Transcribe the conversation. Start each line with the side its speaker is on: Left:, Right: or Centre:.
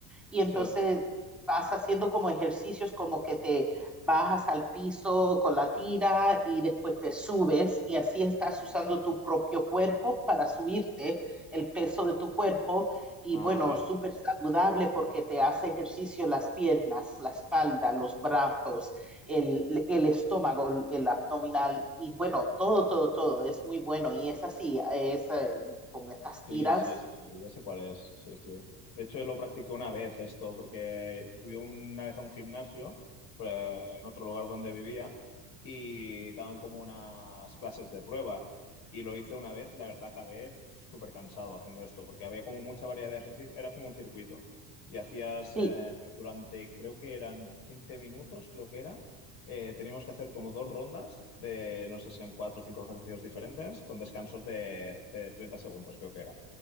Centre: y
Left: Sí.
Centre: entonces vas haciendo como ejercicios como que te bajas al piso con la tira y después te subes y así estás usando tu propio cuerpo para subirte el peso de tu cuerpo y
Left: Ah,
Centre: bueno,
Left: vale.
Centre: súper saludable porque te hace ejercicio las piernas, la espalda, los brazos, el, el, estómago, el abdominal y bueno, todo, todo, todo es muy bueno y es así, es eh, con estas
Left: Sí,
Centre: tiras.
Left: sí, sí, ya sé cuál es. Sí, sí. De hecho, lo practiqué una vez esto, porque fui una vez a un gimnasio, pues, en otro lugar donde vivía, y daban como unas clases de prueba. Y lo hice una vez, y la verdad acabé súper cansado haciendo esto, porque había como mucha variedad de ejercicios, era como un circuito. Y hacías
Centre: Sí,
Left: eh, durante, creo que eran 15 minutos, creo que era. eh, teníamos que hacer como dos rondas de, no sé si eran cuatro o cinco ejercicios diferentes, con descansos de, de 30 segundos, creo que era.